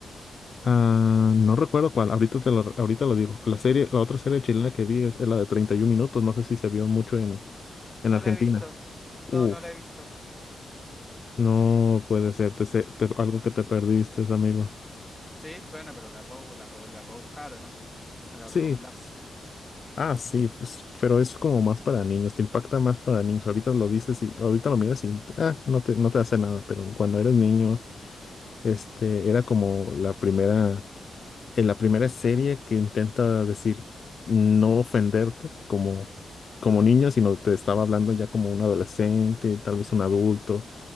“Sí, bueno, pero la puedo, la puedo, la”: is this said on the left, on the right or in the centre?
Centre